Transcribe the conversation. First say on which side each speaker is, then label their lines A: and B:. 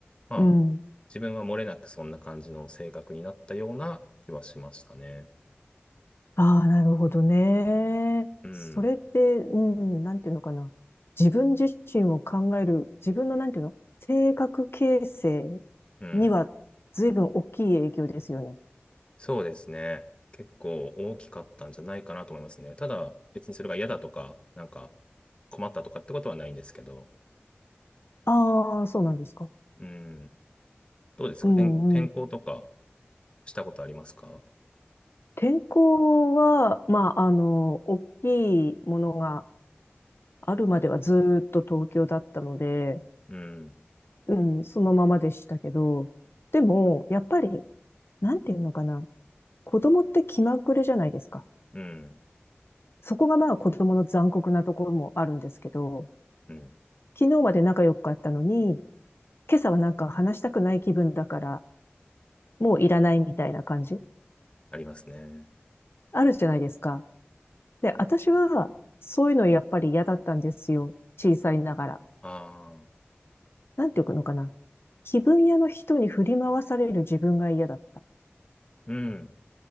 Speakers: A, on the left (about 25°); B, on the left (about 65°).
A: まあ、
B: うん。
A: 自分は漏れなくそんな感じの性格になったような気はしましたね。
B: ああ、なるほどね。
A: うん、
B: それって、うん、なんていうのかな。自分自身を考える、自分のなんていうの性格形成
A: うん。
B: には随分大きい影響ですよね。
A: そうですね。結構大きかったんじゃないかなと思いますね。ただ、別にそれが嫌だとか、なんか困ったとかってことはないんですけど、
B: ああ、そうなんですか。
A: うん。どうですか転、
B: うんうん。
A: 転校とかしたことありますか
B: 天候は、まあ、あの、大きいものがあるまではずーっと東京だったので、
A: うん、
B: うん、そのままでしたけど、でも、やっぱり、なんていうのかな、子供って気まぐれじゃないですか。
A: うん、
B: そこがまあ子供の残酷なところもあるんですけど、
A: うん。
B: 昨日まで仲良かったのに、今朝はなんか話したくない気分だから、もういらないみたいな感じ
A: ありますね。
B: あるじゃないですか。で、私は、そういうのやっぱり嫌だったんですよ。小さいながら。
A: ああ、
B: なんていうのかな。気分屋の人に振り回される自分が嫌だった。
A: うん、